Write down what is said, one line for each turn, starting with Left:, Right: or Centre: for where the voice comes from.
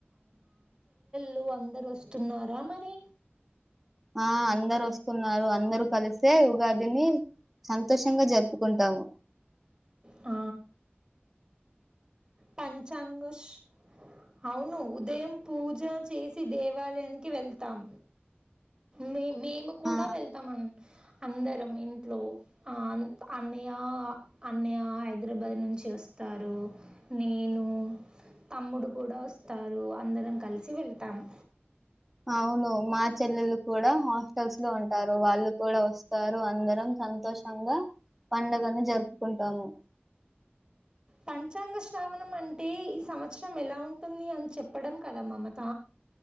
Right: ల్లు అందరు వస్తున్నారా మరి
Centre: ఆ అందరు వస్తున్నారు అందరూ కలిసే ఉగాదిని సంతోషంగా జరుపుకుంటాము
Right: అ... పంచాంగ ష్ అవును ఉదయం పూజ చేసి దేవాలయానికి వెళ్తాం మే మేము కూడా
Centre: ఆ
Right: వెళ్తామన్ అందరం ఇంట్లో ఆ అన్యా అన్నయ హైదరాబాద్ నుంచి వస్తారు నేను తమ్ముడు కూడా వస్తారు అందరం కలిసి వెళ్తాము
Centre: అవును మా చెల్లెలు కూడా హాస్టల్స్ లో ఉంటారు వాళ్ళు కూడా వస్తారు అందరం సంతోషంగా పండగని జరుపుకుంటాము
Right: పంచాంగ శ్రావణం అంటే ఈ సంవత్సరం ఎలా ఉంటుంది అని చెప్పడం కదా మమత